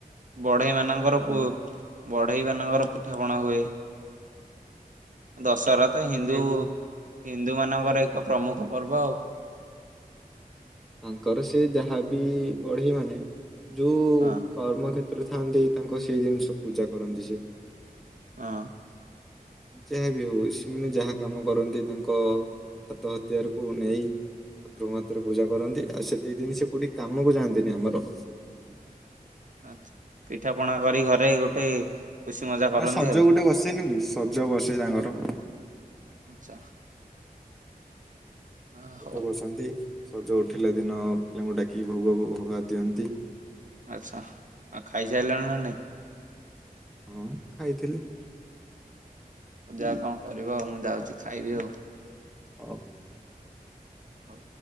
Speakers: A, on the right; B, in the centre.
A: ବଢେଇ ମାନଙ୍କର
B: ପିଠାପଣା
A: ପୁ
B: ହଁ
A: ବଢେଇ ମା। ନଙ୍କର ପିଠାପଣା ହୁଏ। ଦଶହରା ତ ହିନ୍ଦୁ।
B: ଯେ
A: ହିନ୍ଦୁ ମାନଙ୍କର ଏକ ପ୍ରମୁଖ ପର୍ବ ଆଉ।
B: ତାଙ୍କର ସେ ଯାହା ବି ବଢେଇ ମାନେ। ଯୋଉ
A: ହଁ
B: କର୍ମ କ୍ଷେତ ତ୍ର ରେ ଥାଆନ୍ତି ତାଙ୍କ ସେଇ ଜିନିଷ ପୂଜା କରନ୍ତି ସେ।
A: ହଁ।
B: ଯାହା ବିି ହଉ ସେମାନେ ଯାହା କାମ କରନ୍ତି ତାଙ୍କ ହାତ ହତିଆରକୁ ନେଇ ଠାକୁରଙ୍କ କତିରେ ପୂଜା କରନ୍ତି ଆଉ ସେତିକ ଦିନ ସେ କୋଉଠି କାମକୁ ଯାଆନ୍ତିନି ଆମର।
A: ଆଛା ପିଠା ପଣା କରି ଘରେ ଗୋଟେ। ଖୁସି ମଜା କରନ୍ତି
B: ନା ସଜ
A: ଆଉ।
B: ଗୋଟେ ବସେନି କି ସଜ ବସେ ତାଙ୍କର।
A: ଆଚ୍ଛା ଆ
B: ସଜ
A: ହଉ
B: ବସନ୍ତି। ସଜ ଉଠିଲା ଦିନ ପିଲାଙ୍କୁ ଡାକିକି ଭୋଗ ଭୋଗା ଦିଅନ୍ତି।
A: ଆଛା ଆଉ ଖାଇସାରିଲଣି ନା ନାଇଁ?
B: ହଁ ଖାଇଥିଲି।
A: ହଉ ଯାଅ କଣ କରିବ ଆଉ ମୁଁ ଯାଉଛି। ଖାଇବି ଆଉ।
B: ହଉ।
A: ହଉ।